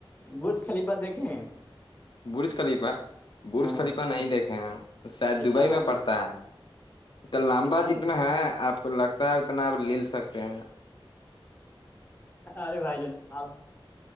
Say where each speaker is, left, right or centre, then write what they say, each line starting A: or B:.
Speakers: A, on the left (about 20°); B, on the left (about 55°).
A: برج خلیپا دیکھے ہیں
B: برج خلیفہ برج
A: ہاں
B: خلیفہ نہیں دیکھے ہیں شاید
A: کتنا
B: دبئی
A: لمبا
B: میں پڑتا ہے تو لمبا
A: کتنا
B: جتنا ہے آپ کو لگتا ہے اتنا آپ لے سکتے ہیں
A: ارے بھائی جان آپ